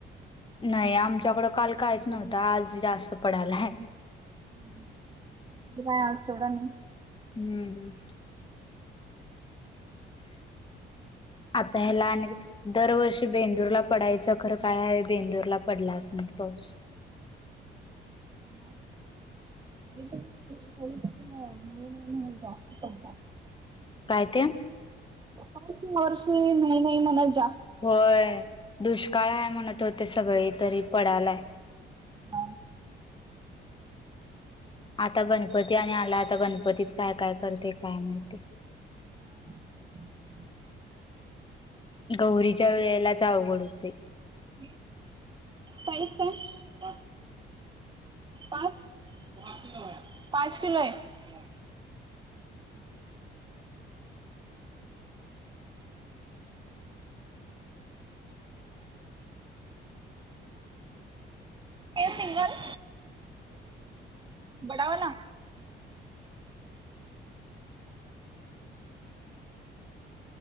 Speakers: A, on the left; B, on the right.
A: नाही, आमच्याकडं काल काहीच नव्हतं. आज जास्त पडायला हाय.
B: ह ह ते काय अस्त का नाई
A: हम्म हम्म आता
B: इकडे
A: ह्याला
B: पण
A: आणिक दरवर्षी बेंड - <unintelligible> पडायचं खरं काय बेंदूरला पडलाच नाही पाऊस
B: <unintelligible> <unintelligible>
A: काय ते
B: पाच वर्ष नाही नाही म्हणायचे
A: होय दुष्काळ आहे म्हणत होते सगळे तरी पडायलाय
B: हा
A: आता गणपती आणि आला आता गणपतीत काय काय करते काय माहिती
B: <inaudible>
A: गौरीच्या वेळेलाच आवघड होते.
B: <unintelligible> पैसा <unintelligible> पाच पाच किलो आहे. हे सिंगल बडावाला.